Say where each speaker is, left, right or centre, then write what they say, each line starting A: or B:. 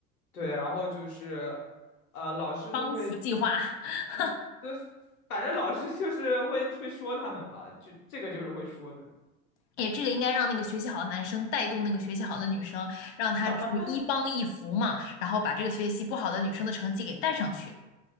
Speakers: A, on the left (about 75°); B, on the left (about 50°).
A: 对，然后就是呃，老师就会
B: 帮扶计划，<laughs>
A: 嗯，对，反正老师就是会会说他们吧，就这个就是会说的，
B: 也这个应该让那个学习好的男生带动那个学习好的女生，让她就是一帮一扶嘛，
A: <laughs>
B: 然后把这个学习不好的女生的成绩给带上去。